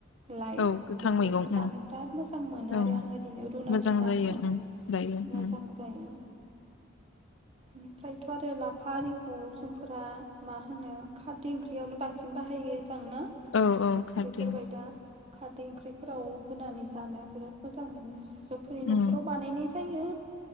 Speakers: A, on the right; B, on the left.
A: लाइ
B: औ गोथां
A: बेखौ
B: मैगं
A: जानो
B: ओं
A: बिराद मोजां मोनो
B: ओं
A: आरो आं ओरैनो रुनानै
B: मोजां
A: जानो
B: जायो ओं दायो
A: मोजां
B: ओं
A: जायो बेनिफ्रायथ' आरो लाफा आरिखौ फोरा मा होनो खारदै ओंख्रियावनो बांसिन बाहायो जोंना
B: औ औ खाथि
A: बेफोरबाय दा खारदै ओंख्रिफोराव होनानै जानो बिराद मोजां मोनो जौफोरनि
B: ओम
A: न'खराव बानायनाय जायो